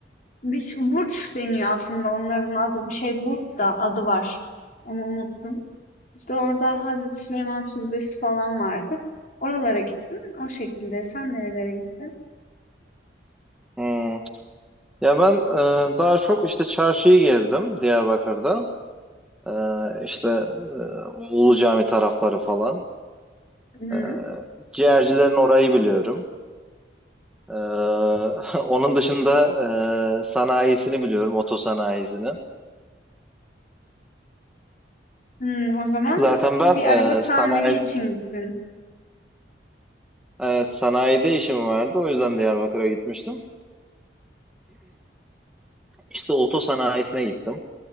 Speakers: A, on the left; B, in the centre.
A: bir şey- burç deniyor aslında onların adı. Bir şey burç da adı var. Onu unuttum. İşte orada Hazreti Süleyman Türbesi falan vardı. Oralara gittim. O şekilde. Sen nerelere gittin?
B: Hmm. Ya ben e, daha çok işte çarşıyı gezdim Diyarbakır'da. E, işte e, Ulu Cami tarafları falan.
A: Hı-hı.
B: E, ciğercilerin orayı biliyorum. E, <laughs> onun dışında e, sanayisini biliyorum, oto sanayisini.
A: Hı, o zaman
B: Zaten ben
A: bir araba
B: e,
A: tamiri
B: sanayi
A: için gittin.
B: e, sanayide işim vardı. O yüzden Diyarbakır'a gitmiştim. İşte oto sanayisine gittim.